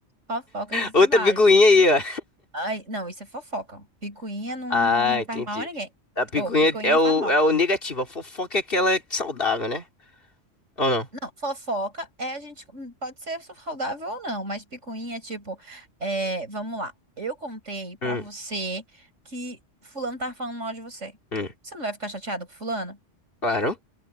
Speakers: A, on the right; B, on the left.
A: fofocas de trabalho.
B: Outra picuinha aí, ó.
A: Ai, não, isso é fofoca. Picuinha não,
B: Ah,
A: não, não
B: entendi.
A: faz mal a ninguém.
B: A picuinha
A: Ou picuinha
B: é o,
A: faz mal.
B: é o negativo, a fofoca é aquela saudável, né? Ou não?
A: Não, fofoca é a gente. hum, Pode ser saudável ou não, mas picuinha é tipo. É, vamos lá. Eu contei pra
B: Hum,
A: você que Fulano tá falando mal de você.
B: hum,
A: Você não vai ficar chateado com Fulano?
B: claro.